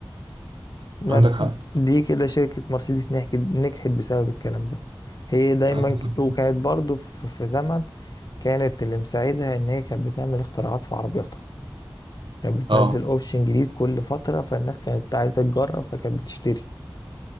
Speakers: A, on the left (about 50°); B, on the right (about 65°).
A: مس-
B: عندك حق
A: دي كده شركة مرسيدس نحكت نجحت بسبب الكلام ده هي دايما
B: عندك حق
A: ك- وكانت برضو في في زمن كانت اللي مساعدها ان هي كانت بتعمل اختراعات في عربياتها كانت بتنزل
B: اه
A: اوبشن جديد كل فترة فالناس كانت عايزة تجرب فكانت بتشتري